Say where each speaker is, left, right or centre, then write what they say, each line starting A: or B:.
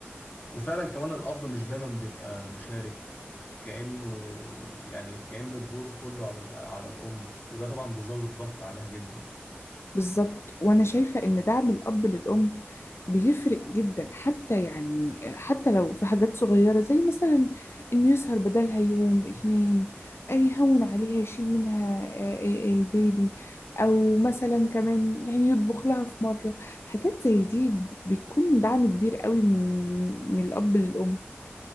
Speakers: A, on the left; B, on the left.
A: وفعلا كمان الاب مش دايما بيبقى مشارك كأنه يعني كأن الدور كله على ال- على الام وده طبعا بيزود الضغط عليها جدا
B: بالظبط وانا شايفه ان دعم الاب للام بيفرق جدا حتى يعني حتى لو في حاجات صغيره زي مثلا انه يسهر بدلها يوم اتنين أي يهون عليها يشيل منها آه، آه، البيبي او مثلا كمان يعني يطبخ لها في مره حاجات زي دي ب- بيكون دعم كبير قوي من من الاب للام